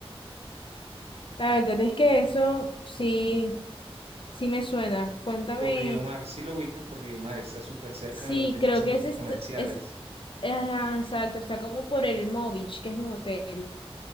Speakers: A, on the left (about 55°); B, on the right (about 75°).
A: La verdad es que eso sí, sí me suena. Cuéntame,
B: Por Río Mar, sí lo ubicas por Río Mar, está súper cerca
A: sí,
B: de los demás
A: creo
B: centros
A: que es, est-
B: comerciales.
A: es, ah, exacto, está como por el Movich, que es un hotel.